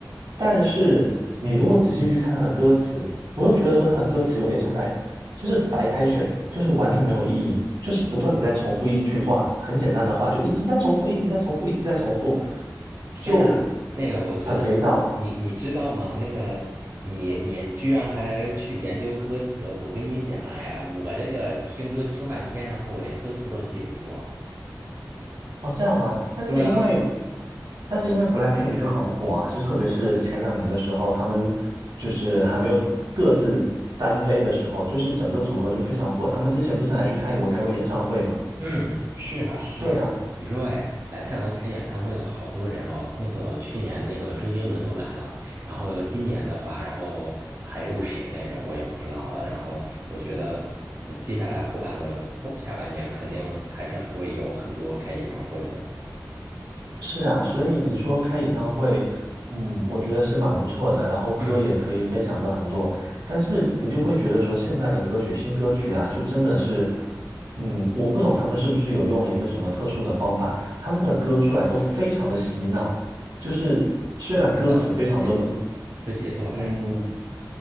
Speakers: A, on the right; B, on the right.
A: 但是你如果仔细去看他的歌词，我又觉得说他的歌词有点像在，就是白开水，就是完全没有意义，就是不断的在重复一句话，很简单的话，就一直在重复，一直在重复，一直在重复，
B: 天呐，
A: 就
B: 那个我觉得
A: 很肥皂
B: 你你知道吗？那个你你居然还去研究歌词，我跟你讲，哎，我这个听歌听半天，然后我连歌词都记不住啊。
A: 哦，这样吗？但是因为，
B: 对啊，
A: 但是因为 BLACKPINK 就很火啊，就特别是前两年的时候，他们就是还没有各自单飞的时候，就是整个组合就非常火。他们之前不是还去泰国开过演唱会吗？
B: 嗯，是啊，是啊。
A: 对呀。
B: 你说，哎，来泰国开演唱会的好多人哦。那个去年那个周杰伦都来了，然后今年的话，然后还有谁来着？我也不知道了。然后我觉得，呃接下来后半个后下半年肯定还是会有很多开演唱会的。
A: 是啊，所以你说开演唱会，嗯，我觉得是蛮不错的，然后歌也可以分享的很多，
B: 嗯，
A: 但是你就会觉得说现在的歌曲、新歌曲啊，就真的是，嗯，我不懂他们是不是有用了一个什么特殊的方法，他们的歌出来都非常的洗脑，就是虽然歌词非常的
B: 节奏，节奏是节奏还是怎么样？
A: 嗯，